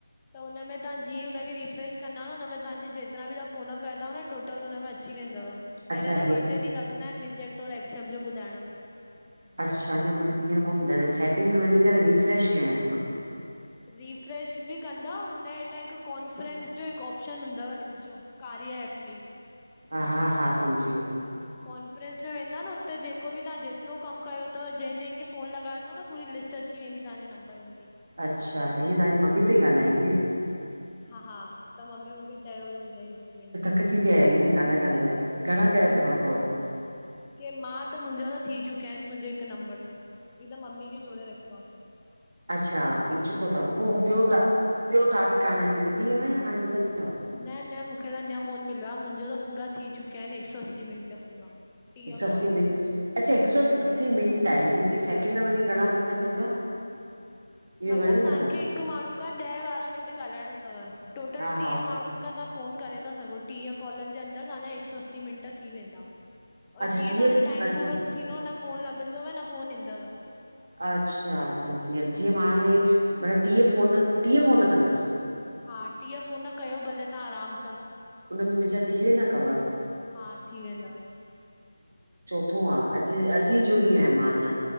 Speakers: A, on the left; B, on the right.
A: त हुन में तव्हां जीअं ई हुनखे रिफ्रेश कंदाव न हुन में तव्हांजी जेतिरा बि तव्हां फ़ोन कया अथव न टोटल हुन में अची वेंदव। ऐं
B: अच्छा
A: हिनमें न
B: हे
A: ॿ टे ॾींहं लॻंदा आहिन रिजेक्ट और एक्सेप्ट जो ॿुधाइण में।
B: अच्छा न मतिलब हींअर कोन ॿुधायो सेटिंग में वञी करे रिफ्रेश कयांस मां?
A: रीफ्रेश बि कंदा और हुनजे हेठां हिकु कॉन्फ्रेंस जो हिकु ऑप्शन हूंदव ॾिसजो। कार्य ऐप में।
B: हा हा हा सम्झी वियम।
A: कॉन्फ्रेंस में वेंदा न हुते जेको बि तव्हां जेतिरो कमु कयो अथव जंहिं जंहिंखे फ़ोन लॻायाे अथव न पूरी लिस्ट अची -- अची वेंदी तव्हांजे नम्‍बर जी।
B: अच्छा त ही तव्हांजी ममी पई ॻाल्हाईएं।
A: हा हा त मम्मी मूंखे चयो हुई ॿुधाई सिक मिंट।
B: थकजी पिया अयाे इये ॻाल्हाए ॻाल्हाए घणा कया अथव कोल --
A: ही त मां त मुंहिंजा त थी चुकिया आहिन मुंहिंजे हिकु नंबर ते ही त मम्मी खे जोड़े रखियो आ।
B: अचछा थी चुको अथव
A: हा
B: टास्क हाणेञ मिली वियो।
A: न न मूंखे त अञा कोन्ह मिलियो आहे मुंहिंजो त पूरा थी चुकिया आहिन हिक सौ असीं मिंट पूरा। टीह
B: हिक सौ असी
A: कॉल
B: मिनट अच्छा हिकु सौ अस मिंट आहे यानी की सैकिड वञी घणा थींदा पंहिंजा। इहो
A: मतलब
B: ॻणियो
A: तव्हांखे
B: अथव तव्हां?
A: हिक माण्हू खां ॾह ॿारहां मिंट ॻाल्हाइणो अथव टोटल
B: हा
A: टीह
B: हा
A: माण्हुन खां त - फोन करे था सघो टीह कॉलनि जे अंदर तव्हांजा हिक सौ असी मिंट थी वेंदा।
B: अच्छा
A: जीअं
B: टीह
A: तव्हांजो टाइम
B: अच्छा
A: पूरो थींदो न फोन लगॻंदव न फोन ईंदव।
B: अच्छा सम्झी वियम जीअं मां हाणे मतबा टीह फ़ोन टीह फफ़ोन कंदस।
A: हा टीह फ़ोन कयो भले तव्हां आराम सां।
B: उन में मुंहिंजा थी वेंदा कवर
A: द हा थी वेंदा।
B: सुठो आहे अॼु अॼु ई जुड़ी आहियां मां अञा।